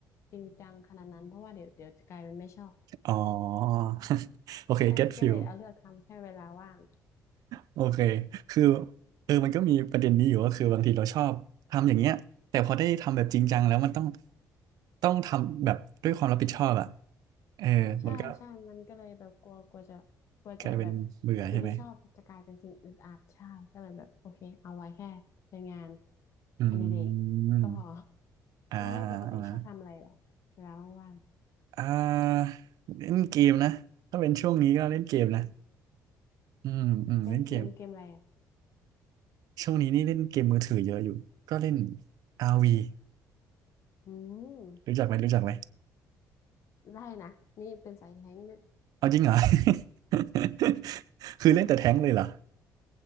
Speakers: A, on the left; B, on the right.
A: จริงจังขนาดนั้นเพราะว่าเดี๋ยวเดี๋ยวจะกลายเป็นไม่ชอบ
B: อ๋อ <laughs>
A: <laughs>
B: โอเค
A: ใช่ก็เลยเอาเลือกทำแค่เวลาว่าง
B: get feel โอเคคือเออมันก็มีประเด็นนี้อยู่ก็คือบางทีเราชอบทำอย่างเงี้ยแต่พอได้ทำแบบจริงจังแล้วมันต้อง ต้องทำแบบด้วยความรับผิดชอบอ่ะเออมันก็
A: ใช่ใช่มันก็เลยแบบกลัวกลัวจะกลัวจะแบบ
B: กลายเป็นเบื่อใช่ไหม
A: สิ่งที่ชอบจะกลายเป็นสิ่งอึดอัดใช่ก็เลยแบบโอเคเอาไว้แค่เป็นงาน
B: อื
A: อดิเรกก็พอ
B: ม
A: <laughs>
B: อ่า
A: แล้วแล้วปกติชอบทำอะไรเหรอเวลาว่างๆ
B: อ่าอ่าเล่นเกมนะถ้าเป็นช่วงนี้ก็เล่นเกมนะอืมอืมเล่นเกม
A: เล่นเกมเกมอะไรอ่ะ
B: ช่วงนี้นี่เล่นเกมมือถือเยอะอยู่ก็เล่น RV รวี
A: อืม
B: รู้จักไหมรู้จักไหม
A: ได้นะนี่เป็นสายแท้งค์เนี่ย
B: เอาจริงเหรอ <laughs> คือเล่นแต่แท้งเลยเหรอ